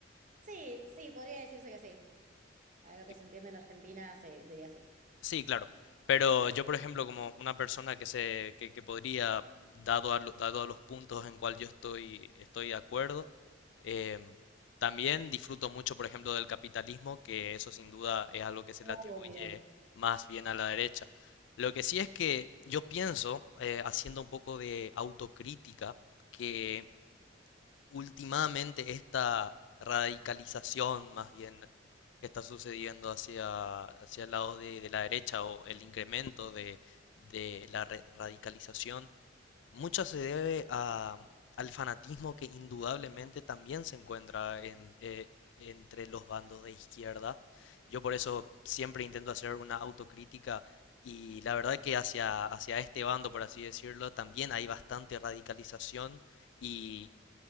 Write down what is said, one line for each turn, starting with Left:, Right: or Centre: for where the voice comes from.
Right: Sí, sí, podría decirse que sí. A lo que
Left: Y-
Right: se entiende en Argentina, sí, diría sí.
Left: Sí, claro. Pero yo, por ejemplo, como una persona que se, que, que podría, dado a, lo- dado a los puntos en cual yo estoy, estoy de acuerdo, em, también disfruto mucho, por ejemplo, del capitalismo, que eso sin duda es algo que se le atribuye
Right: Obvio.
Left: más bien a la derecha. Lo que sí es que yo pienso, eh, haciendo un poco de autocrítica, que últimamente esta radicalización más bien que está sucediendo hacia, hacia el lado de, de la derecha o el incremento de, de la re- radicalización, mucho se debe a, al fanatismo que indudablemente también se encuentra en, eh, entre los bandos de izquierda. Yo por eso siempre intento hacer una autocrítica y la verdad que hacia, hacia este bando, por así decirlo, también hay bastante radicalización y